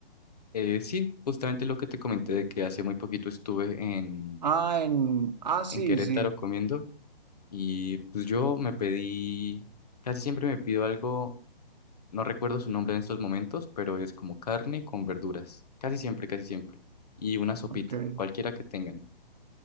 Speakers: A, on the left; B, on the right.
A: Eh, sí, justamente lo que te comenté de que hace muy poquito estuve en,
B: Ah, en... Ah, sí,
A: en Querétaro
B: sí.
A: comiendo y pues yo me pedí, casi siempre me pido algo, no recuerdo su nombre en estos momentos, pero es como carne con verduras, casi siempre, casi siempre, y una sopita,
B: Ok.
A: cualquiera que tengan.